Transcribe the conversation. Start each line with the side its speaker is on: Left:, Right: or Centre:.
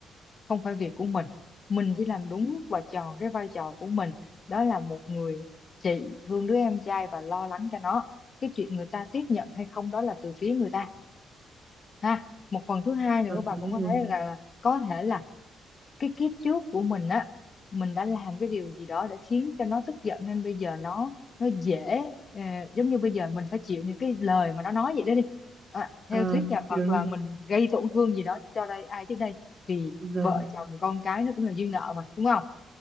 Left: không phải việc của mình mình chỉ làm đúng và tròn cái vai trò của mình đó là một người chị thương đứa em trai và lo lắng cho nó cái chuyện người ta tiếp nhận hay không đó là từ phía người ta ha một phần thứ hai nữa
Right: Ừ,
Left: bà
Right: đúng
Left: cũng có thể
Right: rồi
Left: là có thể là cái kiếp trước của mình á mình đã làm cái điều gì đó để khiến cho nó tức giận nên bây giờ nó nó dễ ờ, giống như bây giờ mình phải chịu những cái lời mà nó nói vậy đó đi à,
Right: ờ,
Left: theo thuyết nhà
Right: kiểu
Left: Phật
Right: như
Left: là mình gây tổn thương gì đó cho đây ai trước đây thì
Right: giờ
Left: vợ chồng con cái nó cũng là duyên nợ mà đúng không